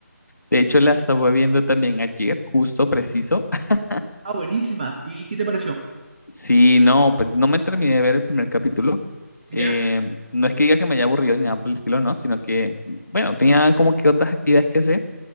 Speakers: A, on the left (about 80°); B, on the right (about 30°).
A: De hecho, la estaba viendo también ayer, justo, preciso. <laughs>
B: Ah, buenísima. ¿Y qué te pareció?
A: Sí, no, pues no me terminé de ver el primer capítulo.
B: Ya.
A: Eh, no es que diga que me haya aburrido ni nada por el estilo, no, sino que, bueno, tenía como que otras actividades que hacer.